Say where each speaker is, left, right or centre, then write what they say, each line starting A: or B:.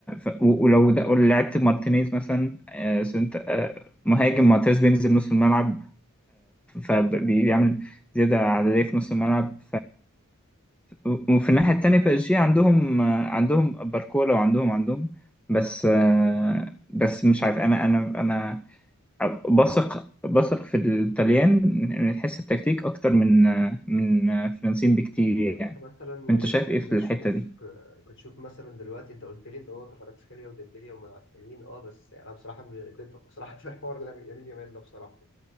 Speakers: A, in the centre; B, on the left.
A: ف... و- ولو ده... ولو لعبت مارتينيز مثلا آه، سنت... آه، مهاجم مارتينيز بينزل نص الملعب فبيعمل زياده عدديه في نص الملعب و- وفي الناحية التانية بي اس جي عندهم عندهم باركولا وعندهم عندهم بس بس مش عارف انا انا انا بثق بثق في الطليان من حيث التكتيك اكتر من من فرنسيين بكتير يعني
B: وانت مثلا يعني
A: انت شايف
B: مثلا
A: ايه في
B: بتشوف
A: الحتة دي؟
B: آه، بتشوف مثلا دلوقتي انت قلت لي ان هو كفاراتسخيليا وديمبلي هم حلوين اه بس يعني انا بصراحه ضدك بصراحه <laughs> في حوار لامين يامين يامال ده بصراحه